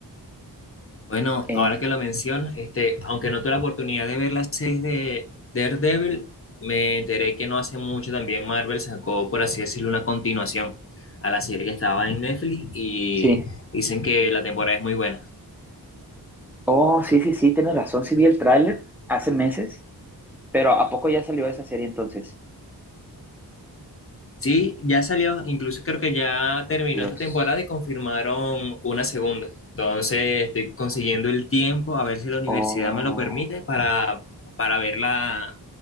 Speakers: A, on the left (about 35°); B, in the centre.
A: Bueno,
B: Eh,
A: ahora que lo mencionas, este, aunque no tuve la oportunidad de ver las seis de Daredevil, me enteré que no hace mucho también Marvel sacó, por así decirlo, una continuación a la serie que estaba en Netflix y
B: sí.
A: dicen que la temporada es muy buena.
B: Oh, sí, sí, sí, tienes razón. Sí vi el tráiler hace meses, pero ¿a poco ya salió esa serie entonces?
A: Sí, ya salió, incluso creo que ya terminó
B: Dios.
A: esta temporada y confirmaron una segunda. Entonces estoy consiguiendo el tiempo a ver si la universidad
B: Oh,
A: me lo permite para, para verla